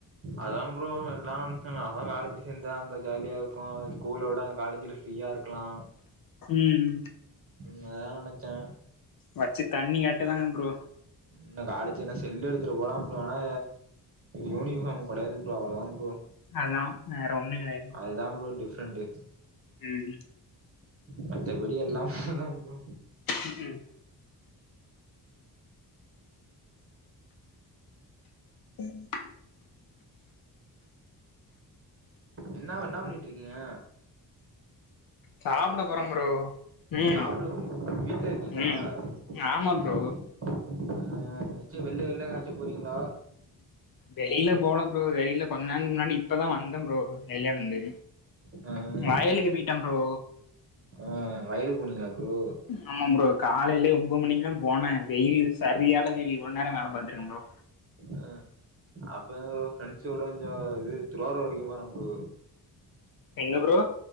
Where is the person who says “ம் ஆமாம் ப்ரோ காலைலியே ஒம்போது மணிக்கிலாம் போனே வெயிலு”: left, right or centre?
Left